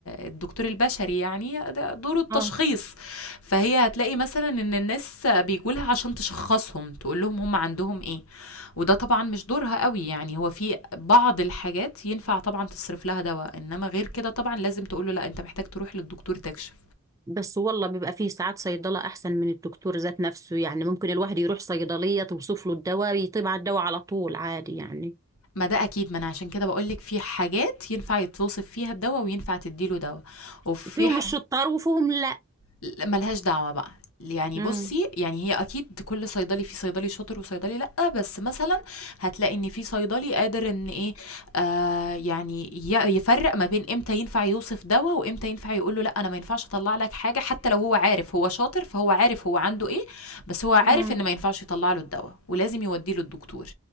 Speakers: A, on the left (about 80°); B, on the right (about 15°).
A: الدكتور البشري يعني ده دوره التشخيص
B: اه
A: فهي هتلاقي مثلا إن الناس بيجولها عشان تشخصهم تقول لهم هم عندهم إيه وده طبعا مش دورها قوي يعني هو في بعض الحاجات ينفع طبعا تصرف لها دواء إنما غير كده طبعا لازم تقول له لا أنت محتاج تروح للدكتور تكشف
B: بس والله بيبقى فيه ساعات صيدلة أحسن من الدكتور ذات نفسه يعني ممكن الواحد يروح صيدلية توصف له الدواء يطيب على الدواء على طول عادي يعني
A: ما ده اكيد ما انا عشان كده بقولك في حاجات ينفع يتوصف فيها الدواء وينفع تديله دواء وفي
B: فيهم
A: ح...
B: الشطار وفيهم لأ
A: لأ، ملهاش دعوة بقى يعني
B: مم.
A: بُصّي، يعني هي أكيد كل صيدلي في صيدلي شاطر وصيدلي لأ، بس مثلًا هتلاقي إن في صيدلي قادر إن إيه، آآ يعني ي يفرّق ما بين إمتى ينفع يوصف دوا، وإمتى ينفع يقول له لأ، أنا ما ينفعش أطلّع لك حاجة، حتى لو هو عارف هو شاطر، فهو عارف هو عنده إيه، بس هو عارف
B: مم.
A: إن ما ينفعش يطلّع له الدوا، ولازم يودّيه للدكتور،